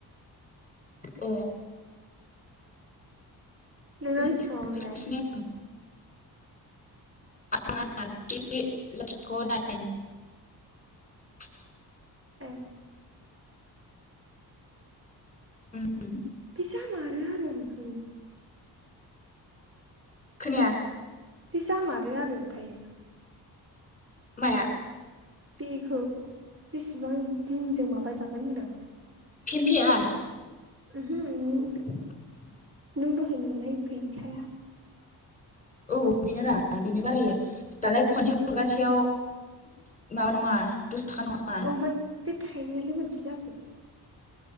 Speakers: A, on the left (about 20°); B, on the right (about 35°).
A: ए
B: नोंना‌
A: मेसेज
B: बिसिबाङाव
A: खालामफैगासिनो
B: मोनलाय
A: <unintelligible> <unintelligible>
B: ए
A: <unintelligible>
B: जामारो आरो ओमफायो
A: खोनाया
B: बेजामारो आरो ओमफाय
A: माया
B: बेखौ बेसेबां दिनजों माबाजागोन होनदों
A: फेमफेया
B: ओमहो
A: <inaudible>
B: नों दहाय नुनाय फैसाया
A: औ बेनो रा बेनो बारायो दालाय खनसे थुगासेयाव माबा नङा दस थाखा नङा
B: ओमफ्राय बे थाइनायालाय मारैथो जाखो